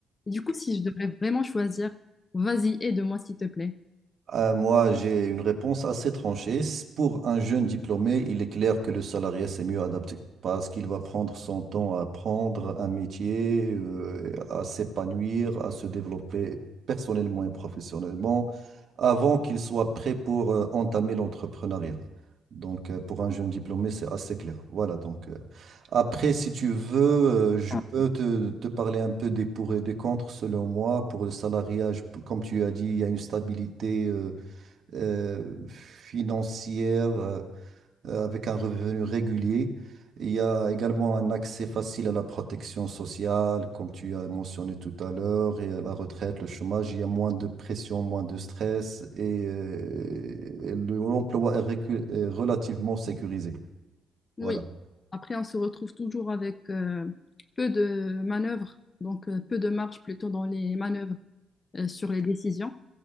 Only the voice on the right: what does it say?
Euh, moi, j'ai une réponse assez tranchée. S- Pour un jeune diplômé, il est clair que le salarié, c'est mieux adapté parce qu'il va prendre son temps à apprendre un métier, euh, à s'épanouir, à se développer personnellement et professionnellement avant qu'il soit prêt pour euh, entamer l'entrepreneuriat. Donc, euh, pour un jeune diplômé, c'est assez clair. Voilà, donc, euh, après, si tu veux, euh, je
peux te, te parler un peu des pour et des contre, selon moi. Pour le salariat, je- comme tu as dit, il y a une stabilité. euh, euh, financière euh, avec un revenu régulier. Il y a également un accès facile à la protection sociale, comme tu as mentionné tout à l'heure, et à la retraite, le chômage. Il y a moins de pression, moins de stress et, euh, et le- l'emploi est récu- est relativement sécurisé.
Voilà.